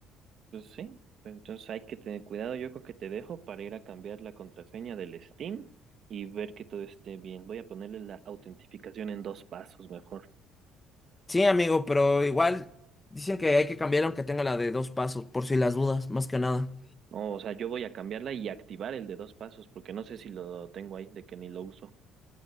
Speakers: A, on the right; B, on the left.
A: Pues sí, pero entonces hay que tener cuidado, yo creo que te dejo para ir a cambiar la contraseña del Steam y ver que todo esté bien. Voy a ponerle la autentificación en dos pasos mejor.
B: Sí, amigo, pero igual dicen que hay que cambiar aunque tenga la de dos pasos, por si las dudas, más que nada.
A: No, o sea, yo voy a cambiarla y activar el de dos pasos, porque no sé si lo tengo ahí, de que ni lo uso.